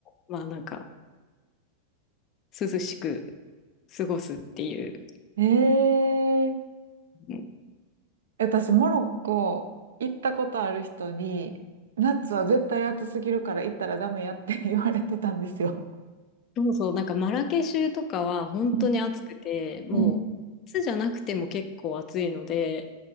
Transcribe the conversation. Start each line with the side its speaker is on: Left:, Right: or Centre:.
Left: まあなんか涼しく過ごすっていう。
Right: ええー
Left: うん
Right: 私、モロッコ行ったことある人に、夏は絶対暑すぎるから行ったらダメやって <laughs> 言われてたんですよ。
Left: そうそう、なんかマラケシュとかは本当に暑くて、
Right: うん
Left: もう夏じゃなくても結構暑いので、
Right: うん